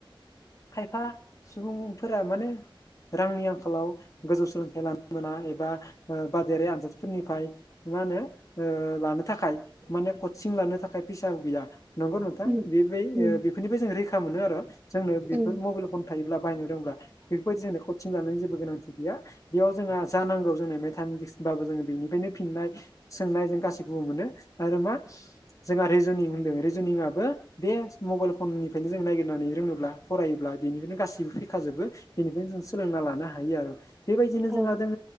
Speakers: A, on the left (about 35°); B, on the right (about 20°).
A: खायफा सुबुंफोरा माने रांनि आंखालाव गोजौ सोलोंथाइ लानो मोना एबा बादायारि आनजाद फोरनिफ्राय मा होनो लानो थाखाय माने कचिं लानो थाखाय फैसा गैया। नंगौ नोंथां
B: उम
A: बेबाय
B: उम
A: ओ बेफोरनिफ्राय जों रैखा मोनो आरो जोंनो बेफोर
B: उम
A: मबाइल फन थायोब्ला बाहायनो रोंब्ला बेफोरबायदि जोंनो कचिं लानायनि जेबो गोनांथि गैया बेयाव जोंहा जा नांगौ जोंनो मेथामेटिक्स बाबो जोङो बेनिफ्रायनो फिननाय सोंनाय जों गासिखौबो मोनो आरो मा? जोंहा रिेजनिं होनदों रेजुनिंआबो बे मबाइल फननिफ्रायनो जों नागिरनानै रोङोब्ला फरायोब्ला बेनिफ्रायनो गासैबो फैखाजोबो बेनिफ्रायनो जों सोलोंना लानो हायो आरो बेबायदिनो जोंहा
B: औ
A: दङ